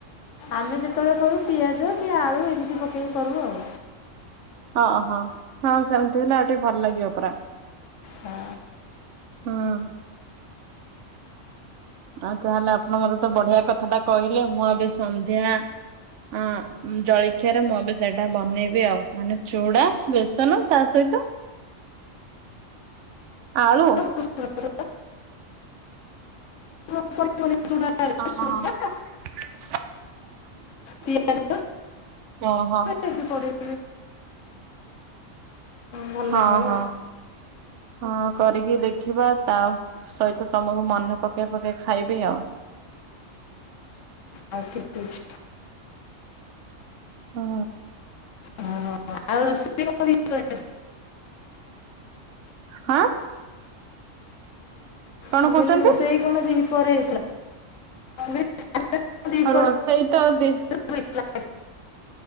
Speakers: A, on the left; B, on the right.
A: ଆମେ ଯେତେବେଳେ କରୁ ପିଆଜ କି ଆଳୁ ଏମିତି ପକେଇକି କରୁ ଆଉ।
B: ଓହୋ ହଁ ସେମତି ହେଲେ ଆଉ ଟିକେ ଭଲଲାଗିବ ପରା।
A: ହଁ।
B: ହୁଁ। ଆଉ ତାହେଲେ ଆପଣ ମତେ ତ ବଢିଆ କଥାଟା କହିଲେ ମୁଁ ଏବେ ସନ୍ଧ୍ୟା ଅଁ ଜଳଖିଆରେ ମୁଁ ଏବେ ସେଇଟା ବନେଇବି ଆଉ ମାନେ ଚୁଡା, ବେସନ, ତା ସହିତ ଆଳୁ।
A: <unintelligible> <unintelligible> ଚୁଡ଼ା
B: ହଁ।
A: ଚୁଡ଼ା ପିଆଜ
B: ଓହୋ।
A: କିଛି ପଡ଼ି ଭଲ
B: ହଁ
A: ଲାଗିବ
B: ହଁ। ହଁ କରିକି ଦେଖିବା ତା ସହିତ ତମକୁ ମନେ ପକେଇ ପକେଇ ଖାଇବି ଆଉ।
A: ଆ ଠିକ୍ ଅଛି।
B: ହୁଁ।
A: ଓହୋ ଆଉ ରୋଷେଇ କଣ
B: ହା କଣ
A: ମୁଁ
B: କହୁଛନ୍ତି?
A: କହଲି ରୋଷେଇ କଣ ଦିହିପହରେ ହେଇଥିଲା? ମୁଁ କହିଲି ଖାଇବା କ'ଣ ଦ୍ୱିପହରେ
B: ଆଉ ରୋଷେଇ ତ ଦି
A: <unintelligible>